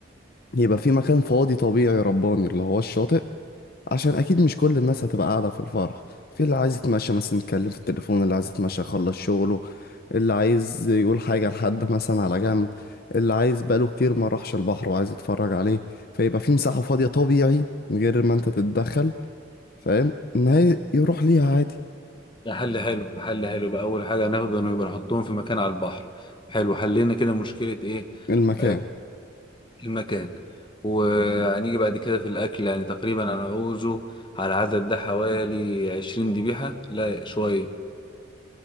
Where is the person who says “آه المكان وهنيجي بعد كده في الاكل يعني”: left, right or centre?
Left